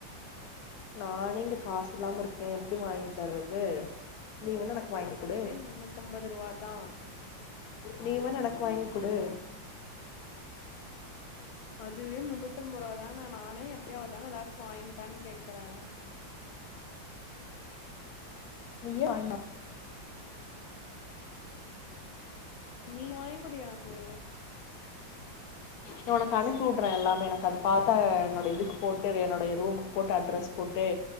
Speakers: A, on the left; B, on the left.
A: நானே இங்க காசு இல்லாம இருக்கேன் எப்டி வாங்கி தர்றது நீ வேண்ண வந்து வாங்கி கொடு
B: அதுவே முன்னூத்தம்பது ரூவா தா
A: நீவே எனக்கு வாயிங்குடு
B: அதுவே முன்னூத்தி ஒன்ம்பது ரூப தானே நானே எப்பயாவதானே ஏதாச்சு வாங்கதான்னு கேக்குறே
A: <unintelligible> ஆய்மா
B: நீ வாங்குடியா எனக்கு
A: என்னோட கணிப்பி வுடுற எல்லாமே எனக்கு அத பாத்தா என்னோட இதுக்கு போட்டு என்னோடய ரூமு போட்டு அட்ரஸ் போட்டு